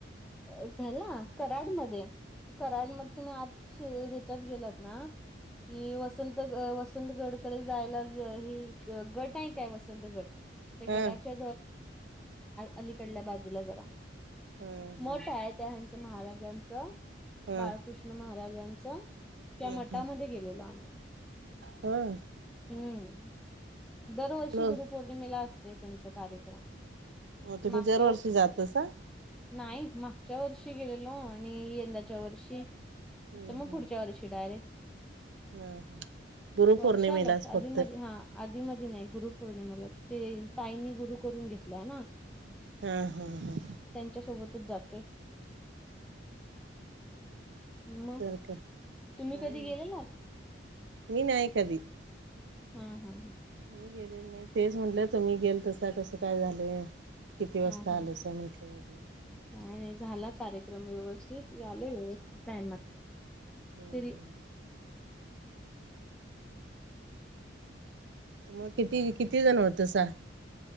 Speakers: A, in the centre; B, on the right (about 70°).
A: घ्याला कराडमध्ये, कराडमधुन आत ह्याच्यात गेलात ना, कि वसंत वसंतगडकडे जायला ही गड नाही काय? वसंतगड त्या
B: हं
A: गडाच्या अलीकडल्या बाजूला जरा,
B: हं हं
A: मठ आहे त्या हेचं महाराजांचं
B: हं
A: बाळकृष्ण महाराजांचं त्या
B: हं
A: मठामध्ये
B: हं
A: गेलेलो आम्ही,
B: होय
A: हम्म दरवर्षी
B: मग
A: गुरुपौर्णिमेला असते त्यांचा कार्यक्रम
B: मग तुम्ही
A: मागच्या
B: दरवर्षी जातसा,
A: नाही मागच्या वर्षी गेलेलो आणि यंदाच्या वर्षी
B: हं
A: तर मग
B: हं
A: पुढच्या वर्षी डायरेक्ट
B: हं हं गुरुपौर्णिमेलाच
A: वर्षाला
B: फक्त
A: आधी-मधी, आधी-मधी नाही गुरुपौर्णिमेला ते ताईंनी गुरु करून घेतला आहे ना,
B: हा, हा, हा.
A: च्या सोबतच जातोय. मग.
B: तर काय
A: तुम्ही
B: काय
A: कधी
B: नाही
A: गेलेलात?
B: मी नाय कधी.
A: ह, ह, ह.
B: मी गेलेलं नाही. तेच म्हटलं, तुमी गेलतसा, कसं काय झालंय? किती वाजता
A: हा हा
B: आलंसां. म्हटलं वगैरे.
A: नाही, नाही. झाला कार्यक्रम व्यवस्थित. मी आले व्यवस्थित, टायमात.
B: हम्,
A: तरी
B: हम्. मग किती? किती जण होतसा?